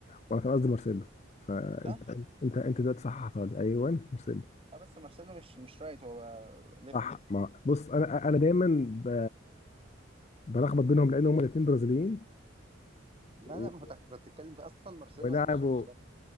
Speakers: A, on the left (about 35°); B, on the right (about 30°).
A: وأنا كان قصدي مارسيلو فأنت
B: صح
A: أنت أنت دلوقتي صححتها لي أيوه مارسيلو
B: اه بس مارسيلو مش مش رايت هو ليفت
A: صح ما بص أنا أنا دايما ب... بلخبط بينهم لأن هما الاتنين برازيليين
B: لا
A: و...
B: لا ما هو تحت بتتكلم في اصلا مارسيلو
A: ولعبوا
B: انا مش شايفه مدافع